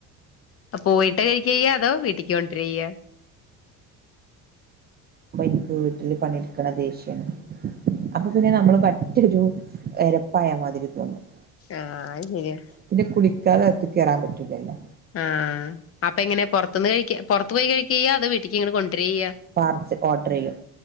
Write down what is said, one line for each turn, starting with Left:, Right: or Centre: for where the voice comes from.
Left: അപ്പ പോയിട്ട കഴിക്കയ്യ അതോ വീട്ടക്ക് കൊണ്ട രയ്യ്യ്
Right: അ എനിക്ക് വീട്ടില് പണിയെടുക്കണ ദേഷ്യാണ് അപ്പൊ പിന്നെ നമ്മള് മറ്റൊരു എരപ്പായ മാതിരി തോന്നുന്നു
Left: ആഹ് അത് ശരിയാ
Right: പിന്നെ കുളി തെ അകത്ത്ക്ക് കയറൻ പറ്റില്ലല്ലോ
Left: ആ അപ്പൊ എങ്ങനെ പുറത്തുന്ന് കഴിക്ക പുറത്തു പോയി കഴിക്യ്യാ അത് വീട്ടക്ക് ഇങ്ങനെ കൊണ്ട കൈക്കയ്യ
Right: പാർസൽ ഓർഡർ ചെയ്യും